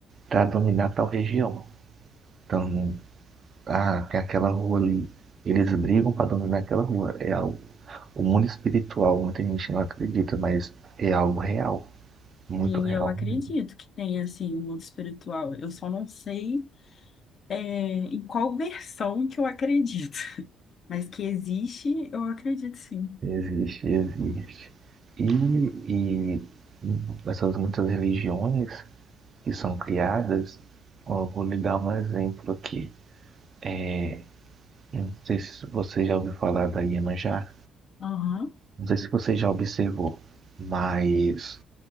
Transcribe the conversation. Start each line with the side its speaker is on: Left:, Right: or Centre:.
Right: para dominar tal região. Então, ah, tem aquela rua ali. Eles brigam para dominar aquela rua. É algo. O mundo espiritual, muita gente não acredita, mas é algo real. Muito
Left: sim,
Right: real
Left: eu acredito
Right: mesmo.
Left: que tem assim, um mundo espiritual. Eu só não sei é, em qual versão que eu acredito. Mas que existe, eu acredito sim.
Right: Existe, existe. E, e essas muitas religiões que são criadas, ó, eu vou lhe dar um exemplo aqui. É, não sei se você já ouviu falar da Iemanjá,
Left: Aham.
Right: não sei se você já observou, mas